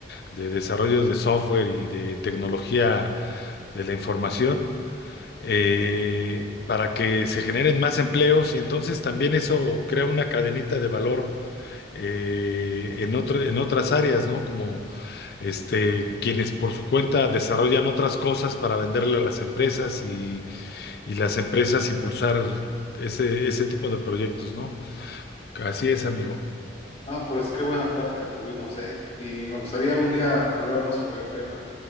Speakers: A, on the left; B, on the left.
A: de desarrollo de software y de tecnología de la información eh, para que se generen más empleos y entonces también eso crea una cadenita de valor eh, en otro- en otras áreas, ¿no? Como este, quienes por su cuenta desarrollan otras cosas para venderle a las empresas y, y las empresas impulsar ese, ese tipo de proyectos, ¿no? Así es, amigo.
B: Ah, pues qué buena plática tuvimos, ¿eh? Y me gustaría un día hablar más sobre el tema.